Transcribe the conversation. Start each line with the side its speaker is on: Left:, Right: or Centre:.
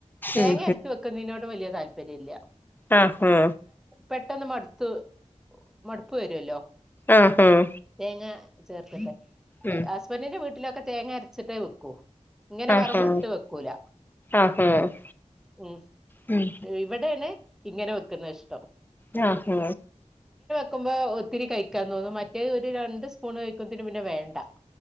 Centre: തേങ്ങ
Left: ഉം ഉം
Centre: ര്‌ച്ച് വെക്കുന്നെയ്നോട് വെല്ല്യ തല് പര്യല്ല
Left: ആ ആ
Centre: പെട്ടെന്ന് മട്ത്ത് മട്പ്പ് വരൊല്ലോ
Left: ആഹ് ആഹ് ആഹ്
Centre: തേങ്ങ ചേർത്തിട്ടെ
Left: ഉം
Centre: അ് ഹസ്ബന്റിിന്റെ വീട്ടിലൊക്കെ തേങ്ങ അരച്ചിട്ടേ വെക്കൂ ഇങ്ങനെ
Left: ആഹ്
Centre: വറവ്
Left: ആഹ്
Centre: ട്ട് വെക്കൂല
Left: ആഹ് ആഹ്
Centre: ഉം
Left: ഉം
Centre: ഇവടെണെ ഇങ്ങനെ വെക്കുന്നെഷ്ടം.
Left: ആ ഹ
Centre: ക്കുമ്പോ ഒത്തിരി കയിക്കാൻ തോന്നും മറ്റേ ഒര് രണ്ട് സ്പൂണ് കയിക്കുമ്പോത്തിന് പിന്നെ വേണ്ട.